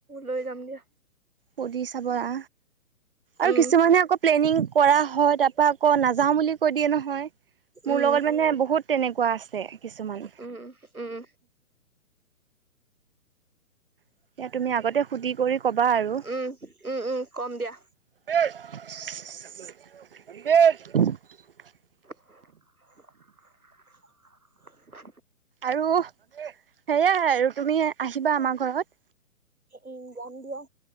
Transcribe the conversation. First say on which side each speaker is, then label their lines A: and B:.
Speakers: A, on the right (about 80°); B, on the right (about 40°).
A: লৈ যাম দিয়া।
B: পদি চাব অহ আৰু
A: উম,
B: কিছুমানে আকৌ প্লেনিং। কৰা হয় তাৰ পৰাৰা আকৌ নাযাও বুলি কৈ দিয়ে নহয়, মোৰ
A: উম,
B: লগত মানে বহুত। তেনেকুৱা আছে কিছুমান।
A: উম, উম,
B: এতিয়া তুমি আগতে সুধি কৰি ক'বা আৰু।
A: উম উম উম কম দিয়া।
B: <inaudible>
A: <inaudible>
B: আৰু সেয়াই আৰু তুমি আহিবা আমাৰ ঘৰত।
A: উম যাম দিয়া